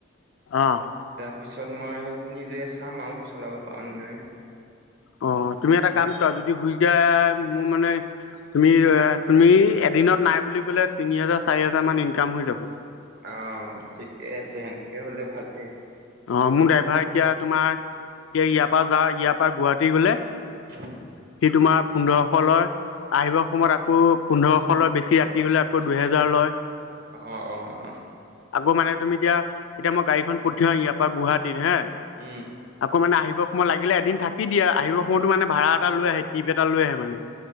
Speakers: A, on the left; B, on the right.
A: অ
B: তাৰপিছত মই নিজে চাম আৰু চলাব পাৰোঁ না নাই।
A: অ' তুমি এটা কাম কৰা যদি শুই যায় মোৰ মানে তুমি তুমি এদিনত নাই বুলি কলে তিনি হাজাৰ, চাৰি হাজাৰ মান ইনকাম হৈ যাব।
B: অ' ঠিকে আছে, সেনেকে হ'লে ভালেই।
A: অ' মোৰ ড্ৰাইভাৰ এতিয়া তোমাৰ এতিয়া ইয়াৰপা যা ইয়াৰপা গুৱাহাটী গলে সি
B: উম।
A: তোমাৰ পোন্ধৰশ লয়। আহিব সময়ত আকৌ পোন্ধৰশ লয়, বেছি ৰাতি হলে আকৌ দুহেজাৰ লয়।
B: অ', অ', অ',
A: আকৌ মানে তুমি এতিয়া এতিয়া মই গাড়ীখন পঠিয়া ইয়াত গুৱাহাটীত হে
B: উম,
A: আকৌ মানে আহিব সময়ত লাগিলে এদিন থাকি দিয়ে, আহিব সময়তো মানে ভাড়া এটা লৈ আহে, টিপ এটা লৈ আহে মানে।